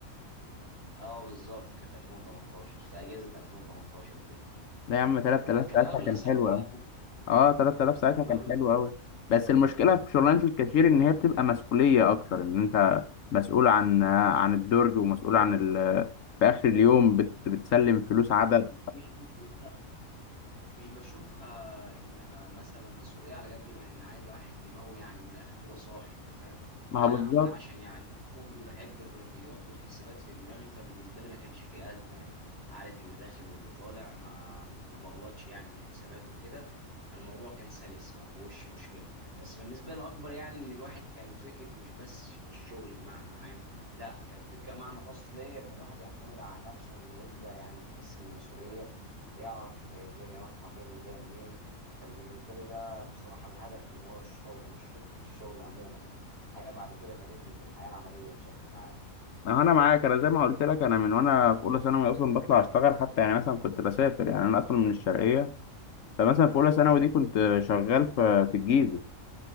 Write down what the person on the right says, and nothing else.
آه بالظبط كانت 2018 في أجازة 2018 كده
كان
مبلغ
ساعتها
على فكرة
كان
مبلغ
مش
مش بشوف مش بشوفها انها مثلا مسؤوليه على قد ما ان عايزه واحد دماغه يعني من الاخر كده صاحي انت فاهم وانا
وانا عشان يعني من صغري بحب الرياضيات والحسابات في دماغي فبالنسبه لي ما كانش فيه ازمه يعني عارف اللي داخل واللي طالع ما ما بغلطش يعني في الحسابات وكده فالموضوع كان سلس ما فيهوش مشكله بس بالنسبه لي الاكبر يعني ان الواحد كان فكره مش بس الشغل بمعنى عام لا كان فكره معنى خاص ليا ان الواحد يعتمد على نفسه انه يبدا يعني يحس بالمسؤوليه يعرف الدنيا رايحة فين وجاية منين كان بالنسبة لي ده بصراحة الهدف من ورا الشغل مش فكرة الشغل عموما يعني الحقيقة بعد كده فادتني في الحياة العملية بشكل عام